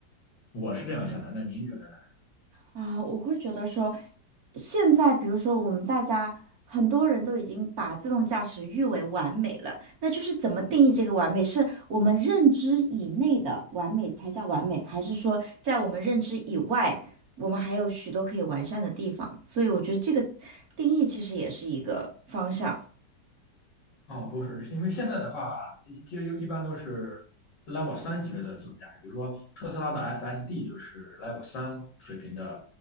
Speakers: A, on the left; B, on the right.
A: 我是这样想的，那您觉得呢？
B: 啊，我会觉得说，现在比如说我们大家很多人都已经把自动驾驶誉为完美了，那就是怎么定义这个完美？是我们认知以内的完美才叫完美，还是说在我们认知以外，我们还有许多可以完善的地方？所以我觉得这个定义其实也是一个方向。
A: 哦，不是，是因为现在的话，就一般都是 Level 三级别的自动驾驶，比如说特斯拉的 FSD 就是 Level 三水平的